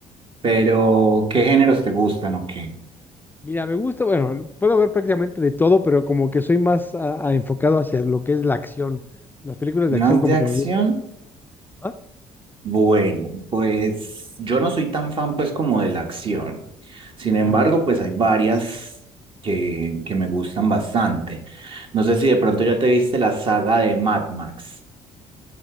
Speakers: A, on the right (about 45°); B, on the left (about 15°).
A: pero ¿qué géneros te gustan o qué?
B: Mira, me gusta, bueno, puedo ver prácticamente de todo, pero como que soy más ah, ah, enfocado hacia lo que es la acción. Las películas
A: ¿Más
B: de acción como
A: de acción?
B: que me gustan. ¿Ah?
A: Bueno, pues yo no soy tan fan pues como de la acción. Sin embargo,
B: Ah,
A: pues hay varias que, que me gustan bastante. No sé si de pronto ya te viste la saga de Mad Max,